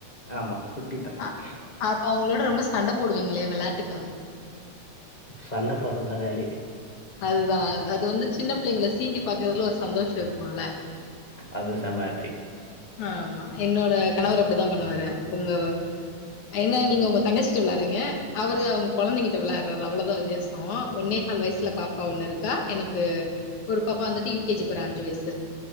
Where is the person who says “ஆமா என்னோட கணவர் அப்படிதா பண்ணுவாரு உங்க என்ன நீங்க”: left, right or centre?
Left